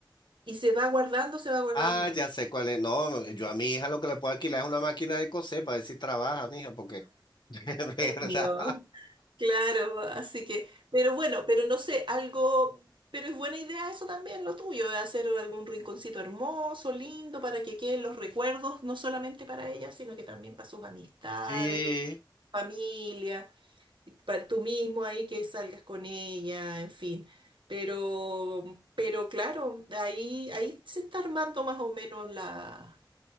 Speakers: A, on the right (about 80°); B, on the left (about 65°).
A: y se va guardando, se va guardando.
B: Ah, ya sé cuál es. No, yo
A: <laughs>
B: a mi hija lo que le puedo alquilar es una máquina de coser para ver si trabaja, mija, porque <laughs> es verdad.
A: No. Claro, así que, pero bueno, pero no sé, algo, pero es buena idea eso también, lo tuyo, de hacer algún rinconcito hermoso, lindo, para que queden los recuerdos, no solamente para ella, sino que también para sus amistades,
B: Sí,
A: familia, y para tú mismo ahí que salgas con ella, en fin. Pero, pero claro, ahí, ahí se está armando más o menos la,